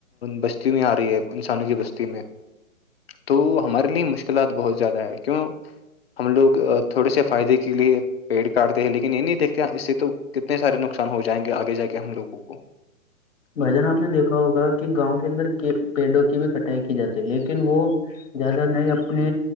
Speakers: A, on the left (about 45°); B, on the left (about 65°).
A: بستی میں آ رہی ہے انسانوں کی بستی میں تو ہمارے لیے مشکلات بہت زیادہ ہے کیوں ہم لوگ تھوڑے سے فائدے کے لیے پیڑ کاٹتے ہیں لیکن یہ نہیں دیکتے اس سے تو کتنے سارے نقصان ہو جائیں گے آگے جا کے ہم لگوں کو ھ <unintelligible> <inaudible>
B: بھ جان آپ نے دیکھا ہوگا کہ گاؤں کے اندر پیڑوں کی بھی کٹائی کی جاتی ہے لیکن وہ زیادہ نہیں اپنے